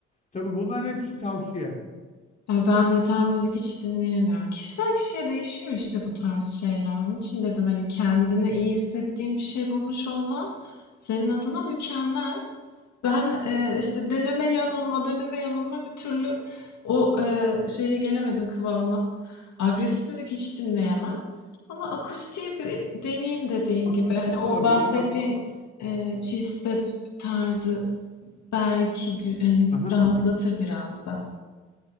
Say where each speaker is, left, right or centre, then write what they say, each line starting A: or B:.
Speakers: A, on the left; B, on the left.
A: Tabii bunların hepsi tavsiye.
B: Ya, ben metal müzik hiç dinleyemiyorum. Kişiden kişiye değişiyor işte bu tarz şeyler. Onun için dedim, hani, kendini iyi hissettiğin bir şey bulmuş olman senin adına mükemmel. Ben, eee, işte, deneme yanılma, deneme yanılma bir türlü o, eee, şeye gelemedim, kıvama. Agresif müzik hiç dinleyemem ama akustiği bir deneyim dediğin
A: Akustik
B: gibi. Hani, o
A: olabilir.
B: bahsettiğin,
A: Aku
B: eee, chill step tarzı belki gü hani,
A: Aha.
B: rahatlatır biraz da.